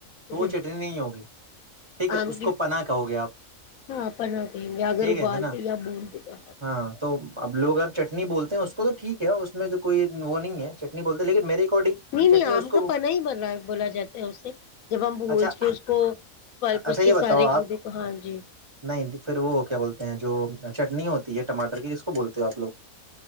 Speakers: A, on the right; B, on the left.
A: تو وہ
B: جی
A: چٹنی نہیں ہوگی ٹھیک ہے
B: آم
A: اس
B: کی
A: کو پناہ کہو گے آپ
B: ہاں اپنا کہیں گے اگر
A: ٹھیک
B: ابالتے
A: ہے ہے نہ
B: یا بونتے تو
A: ہاں تو اب لوگ اگر چٹنی بولتے ہیں اس کو تو ٹھیک کیا اس میں تو کوئی وہ نہیں ہے چٹنی بولتے ہیں، لیکن میرے اکارڈنگ
B: نہیں نہیں
A: چٹنی
B: آم
A: اس کو
B: کا پنا ہی بن رہا بولا جاتا ہے اسے جب ہم بھج
A: اچھا
B: کے اس کو پلپ
A: اچھا
B: اس
A: یہ
B: کے
A: بتاؤ
B: سارے
A: آپ
B: کو دے کو ہاں جی
A: نہیں پھر وہ کیا بولتے ہیں جو چٹنی ہوتی ہے ٹماٹر کی جس کو بولتے ہو آپ لوگ